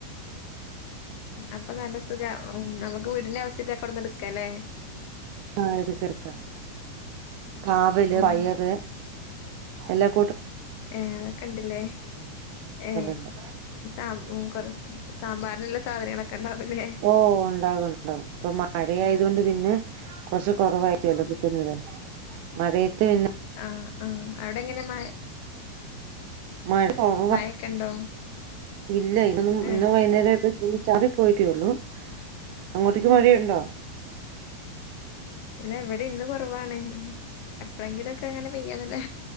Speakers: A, on the left (about 45°); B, on the right (about 45°).
A: അപ്പൊ നല്ല സുഖ നമുക്ക് വീടിന്റെ ആവശ്യത്തി കൊന്നെടുക്കല്ലേ
B: ആ എടുക്കെടുക്കാം കാവല്
A: ഉം
B: പയറ് എല്ലാം
A: ഏ അതൊക്കെ ഇണ്ടില്ലേ ഏ
B: ഉണ്ട്
A: അ കുറ സാമ്പാറിനുള്ള സാധനങ്ങളൊക്കെ ഉണ്ടാവല്ലേ
B: ഓ ഉണ്ടാകും ഉണ്ടാകും ഇപ്പൊ മഴ ആയത് കൊണ്ട് പിന്നെ കുറച്ച് കുറവായിക്കുവല്ലോ കറ്റുന്നത് മഴയത്ത് പിന്നെ
A: ആ ആ അവിടെ എങ്ങനെ മഴ
B: മഴ കുറവാ
A: മഴൊക്കെ ഉണ്ടോ
B: ഇല്ല ഇ
A: ഏ
B: വൈകുന്നേരം ആയപ്പോ ചാറി പോയിട്ടള്ളു അങ്ങോട്ടേക്ക് മഴയുണ്ടോ
A: അല്ല ഇവിടെ ഇന്ന് കൊറവാണ് എപ്പഴെങ്കിലൊക്കെ അങ്ങനെ പെയ്യാന്നല്ലേ